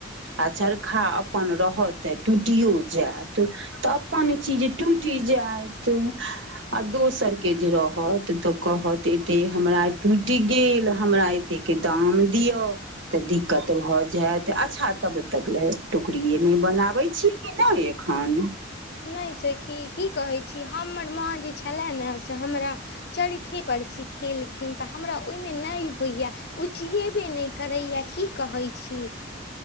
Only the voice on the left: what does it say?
नै सखी की कहैय छी हमर माँ जे छलेय ने से हमरा चरखे पर सिखेलखिन त हमरा ओय मे नै होइय उजियेबे नै करैय की कहैय छी